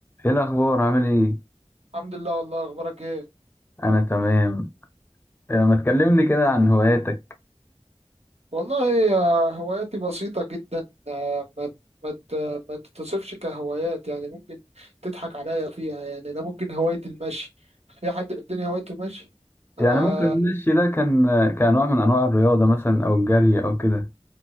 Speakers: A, on the left (about 20°); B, on the right (about 70°).
A: ايه الاخبار عامل ايه
B: الحمد لله والله اخبارك ايه
A: انا تمام آه، ما تكلمني كده عن هواياتك
B: والله آه، هواياتي بسيطة جدا آه، ما ت- ما ت- ما تتصفش كهوايات يعني ممكن تضحك عليا فيها يعني انا ممكن هواية المشي في حد في الدنيا هوايته المشي
A: يعني
B: آه
A: ممكن المشي ده كان كان نوع من انواع الرياضه مثلا او الجري او كده